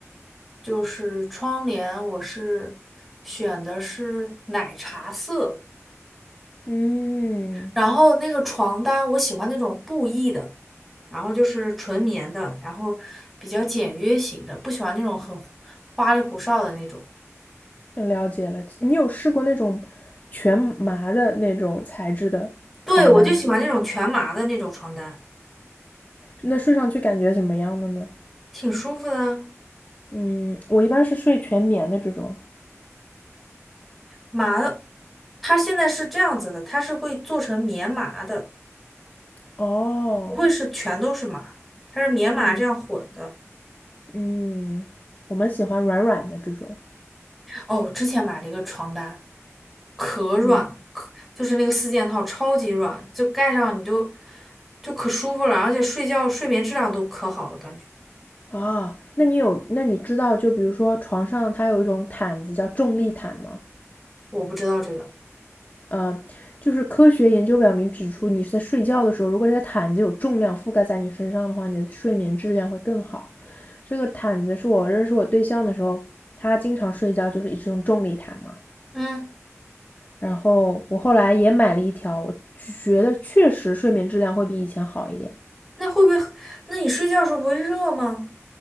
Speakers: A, in the centre; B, on the left (about 35°).
A: 就是窗帘，我是选的是奶茶色，
B: 嗯，
A: 然后那个床单，我喜欢那种布艺的，然后就是纯棉的，然后比较简约型的，不喜欢那种很花里胡哨的那种。
B: 了解了。你有试过那种全麻的那种材质的床单吗？
A: 对，我就喜欢那种全麻的那种床单，
B: 那睡上去感觉怎么样的呢？
A: 挺舒服的啊。
B: 嗯，我一般是睡全棉的这种。
A: 麻的，它现在是这样子的，它是会做成棉麻的，
B: 哦，
A: 不会是全都是麻，它是棉麻这样混的。
B: 嗯。嗯，我们喜欢软软的这种。
A: 哦，我之前买了一个床单，可软，
B: 嗯，
A: 可就是那个四件套超级软，就盖上你就就可舒服了，而且睡觉睡眠质量都可好了，感觉。
B: 啊，那你有，那你知道，就比如说床上它有一种毯子叫重力毯吗？
A: 我不知道这个，
B: 呃，就是科学研究表明指出，你是在睡觉的时候，如果这个毯子有重量覆盖在你身上的话，你的睡眠质量会更好。这个毯子是我认识我对象的时候，他经常睡觉就是一直用重力毯嘛。
A: 嗯
B: 然后我后来也买了一条，我觉得确实睡眠质量会比以前好一点。
A: 那会不会？那你睡觉的时候不会热吗？